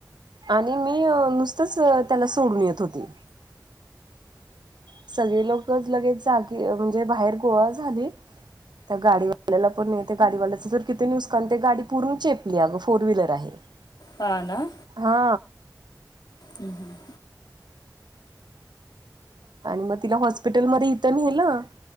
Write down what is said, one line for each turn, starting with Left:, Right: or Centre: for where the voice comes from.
Right: आणि मी नुसतंच त्याला सोडून येत होती सगळे लोकच लगेच जागी म्हणजे बाहेर गोळा झालीत. त्या गाडीवाल्याला पण त्या गाडीवाल्याच जर किती नुसकान ते गाडी पूर्ण चेपली अगं फोर व्हीलर आहे. <inaudible>
Left: हा ना.
Right: हा.
Left: हम्म हम्म.
Right: आणि मग तिला हॉस्पिटलमध्येध्ये इथं न्हेलं